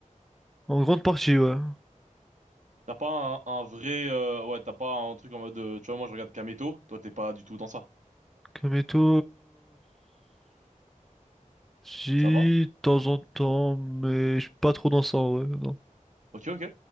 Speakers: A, in the centre; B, on the right (about 65°).
A: En grande partie, ouais.
B: T'as pas un, un vrai. euh, ouais, t'as pas un truc en mode. euh, tu vois, moi, je regarde Kameto. Toi, t'es pas du tout dans ça.
A: Kameto... Si,
B: Ça va?
A: de temps en temps, mais je suis pas trop dans ça, ouais. Non,
B: Ok, ok.